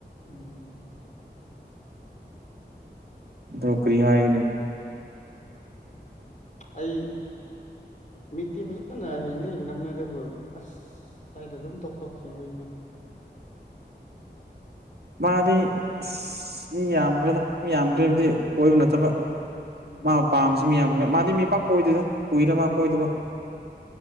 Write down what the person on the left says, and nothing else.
ꯎꯝ
ꯑꯩ ꯃꯤꯛꯇꯤ ꯐꯖꯅ ꯍꯤꯡꯗ ꯍꯤꯡꯅꯕꯅꯦ ꯑꯗꯨꯕꯨ ꯑꯁ ꯁꯗ ꯑꯗꯨꯝ ꯇꯣꯛ ꯇꯣꯛꯈꯤꯕꯒꯤꯅꯤꯅꯦ
ꯎꯝ